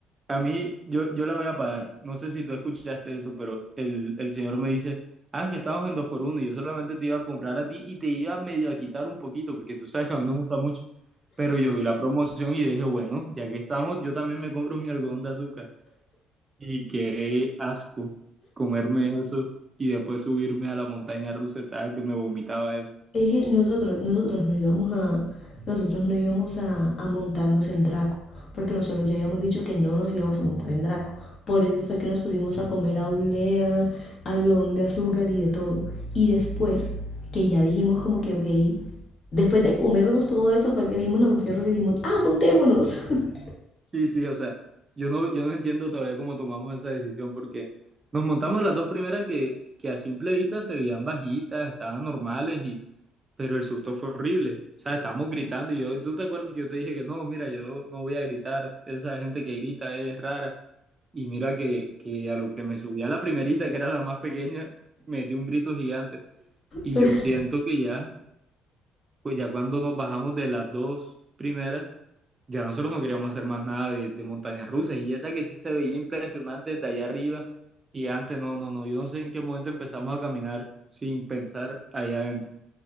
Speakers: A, on the right; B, on the left.
A: a mí, yo, yo la voy a pagar. No sé si tú escuchaste eso, pero el, el señor me dice, ah, que estamos en dos por uno, y yo solamente te iba a comprar a ti y te iba medio a quitar un poquito, porque tú sabes que a mí no me gusta mucho. Pero yo vi la promoción y yo dije, bueno, ya que estamos, yo también me compro mi algodón de azúcar. Y qué asco comerme eso y después subirme a la montaña rusa, estaba que me vomitaba eso.
B: Es que nosotros, nosotros no íbamos a, nosotros no íbamos a, a montarnos en Draco, porque nosotros ya habíamos dicho que no nos íbamos a montar en Draco. Por eso fue que nos pusimos a comer aulea, algodón de azúcar y de todo. Y después, que ya dijimos como que, ok, después de comernos todo eso fue que vimos la montaña rusa y dijimos, ah, montémonos. <laughs>
A: Sí, sí, o sea, yo no, yo no entiendo todavía cómo tomamos esa decisión porque nos montamos a las dos primeras que, que a simple vista se veían bajitas, estaban normales y, pero el susto fue horrible. O sea, estábamos gritando y yo, ¿tú te acuerdas que yo te dije que no, mira, yo no voy a gritar, esa gente que grita es rara? Y mira que, que a lo que me subía la primerita, que era la más pequeña, metí un grito gigante. Y
B: Pero
A: yo siento que ya, pues ya cuando nos bajamos de las dos primeras, ya nosotros no queríamos hacer más nada de, de montañas rusas y esa que sí se veía impresionante desde allá arriba y antes no, no, no, yo no sé en qué momento empezamos a caminar sin pensar allá adentro.